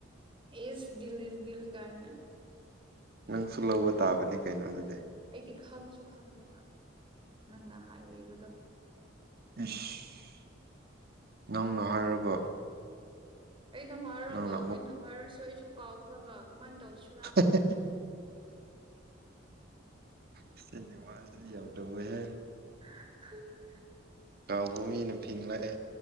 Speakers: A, on the right; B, on the right.
A: ꯑꯦꯁ ꯗꯤꯜ ꯗꯤꯜ ꯀꯥꯏꯅ
B: ꯅꯪꯁꯨ ꯂꯧꯕ ꯇꯥꯕꯅꯤ ꯀꯩꯅꯣ ꯑꯗꯨꯗꯤ
A: ꯑꯩꯗꯤ ꯈꯪꯁꯨ ꯈꯪꯗꯅ ꯅꯪꯅ ꯍꯥꯏꯔꯤꯕꯗꯣ
B: ꯏꯁ ꯅꯪꯅ ꯍꯥꯏꯔꯒ
A: ꯑꯩꯅ ꯍꯥꯏꯔꯒ
B: ꯅꯪꯅ ꯑꯃꯨꯛ
A: ꯑꯩꯅ ꯍꯥꯏꯔꯁꯨ ꯑꯩꯁꯨ ꯀꯥꯎꯈ꯭ꯔꯒ ꯀꯃꯥꯏꯅ ꯇꯧꯁꯤ
B: <unintelligible> ꯏꯆꯟꯒꯤ ꯋꯥꯁꯤꯗꯤ ꯌꯥꯝꯅ ꯂꯨꯌꯦꯍꯦ
A: <unintelligible>
B: ꯀꯥꯎꯕ ꯃꯤꯅ ꯐꯤꯡꯂꯛꯑꯦ